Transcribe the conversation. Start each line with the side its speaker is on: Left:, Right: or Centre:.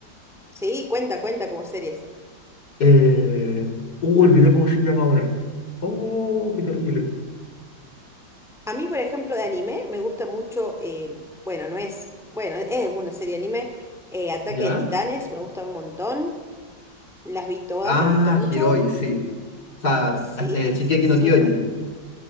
Centre: Sí, cuenta, cuenta como series.
Left: Eh, uh, olvidé cómo se llama ahora. Oh, qué terrible.
Centre: A mí, por ejemplo, de anime me gusta mucho, eh, bueno, no es, bueno, es una serie de anime, eh, Ataque
Left: ¿Ya?
Centre: de Titanes, me gusta un montón, las vi todas,
Left: Ah,
Centre: me gusta mucho.
Left: Hiroi, sí. O sea,
Centre: Sí,
Left: Ch- eh, Shingeki
Centre: súper.
Left: no Kyojin.